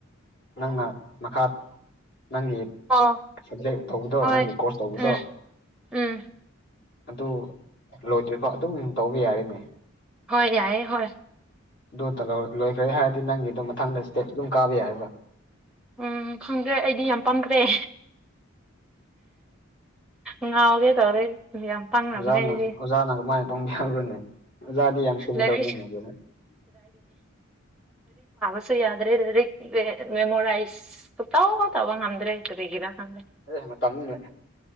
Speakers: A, on the left; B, in the centre.
A: ꯅꯪꯅ ꯃꯈꯥ ꯅꯪꯒꯤ
B: ꯑꯣ
A: ꯁꯕꯖꯦꯛ ꯇꯧꯕꯗꯣ
B: ꯍꯣꯏ
A: ꯅꯪꯒꯤ ꯀꯣꯔꯁ ꯇꯧꯕꯗꯣ
B: ꯎꯝ ꯎꯝ
A: ꯑꯗꯨ ꯂꯣꯏꯗ꯭ꯔꯤꯐꯥꯎ ꯑꯗꯨꯝ ꯇꯧꯕ ꯌꯥꯔꯦꯅꯦ
B: ꯍꯣꯏ ꯌꯥꯏꯌꯦ ꯍꯣꯏ
A: ꯑꯗꯨꯇ ꯂꯧ ꯂꯣꯏꯈ꯭ꯔꯦ ꯍꯥꯏꯔꯗꯤ ꯅꯪꯒꯤ ꯑꯗꯨꯝ ꯃꯊꯪꯗ ꯏꯁꯇꯦꯠ ꯑꯗꯨꯝ ꯀꯥꯕ ꯌꯥꯏꯕ
B: ꯎꯝ ꯈꯪꯗ꯭ꯔꯦ ꯑꯩꯗꯤ ꯌꯥꯝ ꯄꯡꯈ꯭ꯔꯦ ꯉꯥꯎꯒꯦ ꯇꯧꯔꯦ ꯌꯥꯝ ꯄꯪꯔꯝꯔꯦ
A: ꯑꯣꯖꯥꯅ
B: ꯑꯩꯗꯤ
A: ꯑꯣꯖꯥꯅ ꯀꯃꯥꯥꯏꯟ ꯄꯡꯅꯕ꯭ꯔꯣꯅꯦ ꯑꯣꯖꯥꯗꯤ ꯌꯥꯝ ꯁꯤꯡꯒꯥꯗꯧꯅꯤꯅꯦ
B: ꯂꯥꯏꯔꯤꯛ
A: ꯀꯩꯅꯣ
B: ꯨ ꯁꯨ ꯌꯥꯗ꯭ꯔꯦ ꯂꯥꯔꯤꯛ ꯑꯦ ꯃꯦꯃꯣꯔꯥꯏꯁ ꯁꯨꯛꯇꯧ ꯇꯧꯕ ꯉꯝꯗ꯭ꯔꯦ ꯀꯔꯤꯒꯤꯔ ꯈꯪꯗꯦ
A: ꯑꯦ ꯃꯇꯝ ꯅꯤꯅ